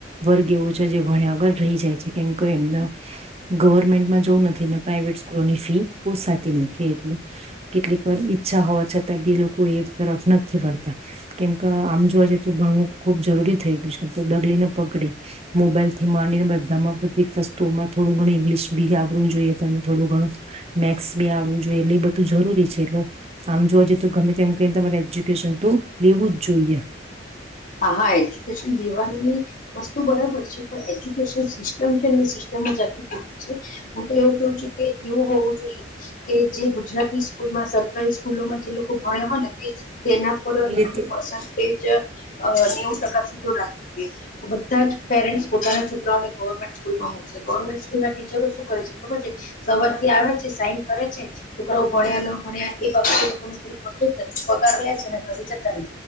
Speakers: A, on the right (about 35°); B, on the left (about 45°).
A: વર્ગ એવું છે જે ભણ્યા વગર. રહી જાય છે કેમ કે એમના ગવર્મેન્ટમાં જોવું નથી પ્રાાઈવેટ સ્કૂલોની ફી પોસાતી ન થી એટલે કેટલીક વાર ઈચ્છા હોવા છતાં બે લોકો એ તરફ નથી વળતા. કેમ કે આમ જોવા જઈ તો ભણવું ખુબ જરૂરી થઈ ગયું છે કેમ ડગલીને પકડી મોબાઈલ થી માની બધામાં બધી વસ્તુમાં થોડું ઇંગ્લિશ બી આવડવું જોઈએ તો થોડું ઘણું મેથસ બી આ આવુ જોઈએ એટલે એ બધું જરૂરી છે એટલે આમ જોવા જઈ તો ગમે તેમમ કને તમારે એજ્યુકેશન તો લેવું જ જોઈએ.
B: હા હા એજ્યુકેશન લેવાની વસ્તુ બરાબર છે પણ એજ્યુકેશન સિસ્ટમ છે ને એ સિસ્ટ ટમ જ આખું ખોટું છે હું તો એમ કહું છું કે એવું હોવું જોઈએ. કે જે ગુજરાતી સ્કૂલમાં સરકારી સ્કૂલોમાં જે લોકો ભણે હોય ને તે તેના પર.
A: લેતી
B: <unintelligible> અ નેવું ટકા સુધી રાખવું જોઈએ. ધા જ પેરેન્ટ્સ પોતાના છોકરાઓને ગવર્મેન્ટ સ્કૂલમાં મુકશે ગવર્મેન્ટ સ્કૂલ ના ટીચરો શું કરે છે ખબર છે. સવાર થી આવે છે, સાઈન કરે છે, છોકરા ભણ્યા ન ભણ્યા, એ બાબતે લોકોન કઈ હોતું, જ નથી. લે છે ઘ જતા,